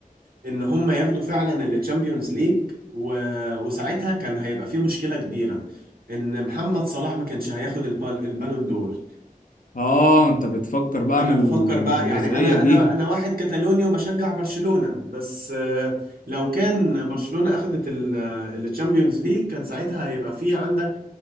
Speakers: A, on the right; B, on the left.
A: إن هم ياخدوا فعلا التشامبيونز ليج و... وساعتها كان هيبقى في مشكلة كبيرة إن محمد صلاح ما كانش هياخد البال... البالون دور
B: اه انت بتفكر بقى
A: أنا
B: من ال-
A: بفكر بقى
B: من الجزئية
A: يعني أنا
B: دي
A: أنا أنا واحد كتالوني وبشجع برشلونة بس آه، لو كان برشلونة أخدت التشامبيونز ليج كان ساعتها هيبقى في عندك